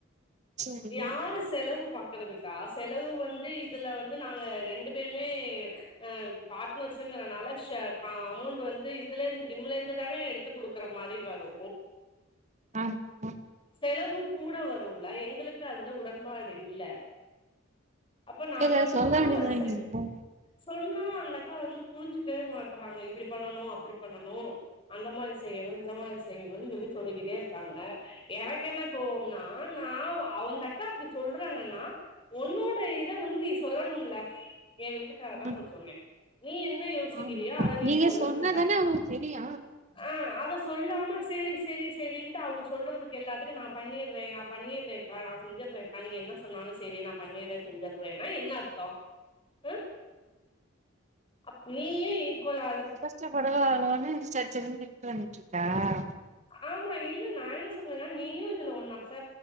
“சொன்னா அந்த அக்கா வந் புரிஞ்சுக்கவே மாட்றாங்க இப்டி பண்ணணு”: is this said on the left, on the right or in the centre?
Left